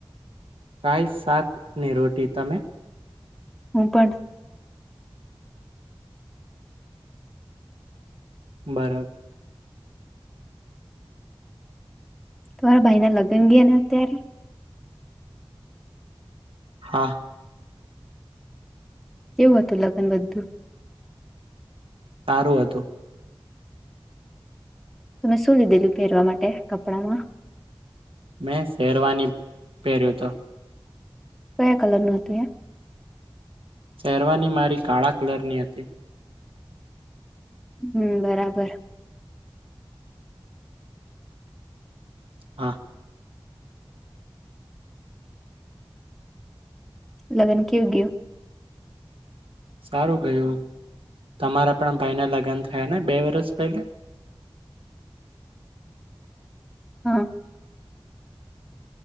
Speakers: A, on the right; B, in the centre.
A: રાઈસ શાક અને રોટી તમે
B: હું પણ
A: બરાબ
B: તમારા ભાઈના લગ્ન ગયા ને અત્યારે
A: હા
B: કેવું હતું લગ્ન બધું
A: સારું હતું
B: તમે શું લીધેલું પહેરવા માટે કપડામાં
A: મેં શેરવાની પહેર્યું તો
B: કયા કલર ન હતું એ
A: શહેરવાની મારી કાળા કલરની હતી
B: હમ બરાબર
A: હા
B: લગ્ન કેવું ગ્યું
A: સારુ ગયો તમારા પણ ભાઈને લગ્ન થયા ને બે વરષ પહેલે <unintelligible>
B: હા